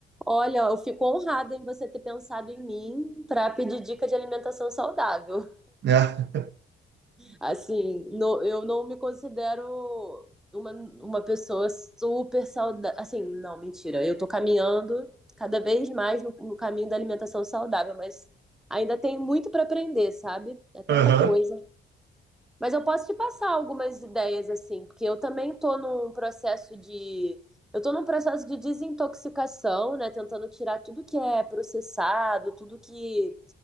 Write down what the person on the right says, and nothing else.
né?
<laughs> Aham,